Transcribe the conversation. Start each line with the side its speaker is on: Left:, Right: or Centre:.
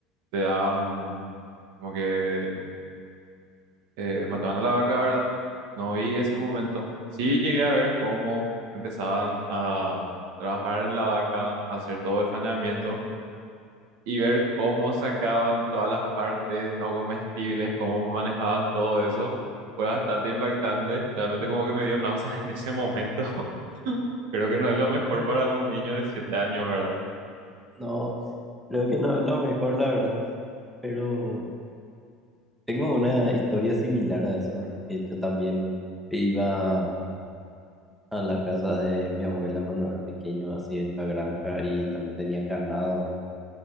Right: le daban, como que eh, mataban a la vaca, ¿verdad? No vi ese momento. Sí llegué a ver cómo empezaban a trabajar en la vaca, a hacer todo el faenamiento. y ver cómo sacaban todas las partes no comestibles, cómo manejaban todo eso, fue bastante impactante. Realmente como que me dio náuseas <laughs> en ese momento. <laughs> Creo que no es lo mejor para un niño de 7 años, ¿verdad?
Centre: no, creo que no es lo mejor, la verdad. Pero tengo una historia similar a eso, ¿verdad? Que yo también iba a la casa de mi abuela cuando era pequeño, así en la granja, y también tenían ganado, ¿verdad?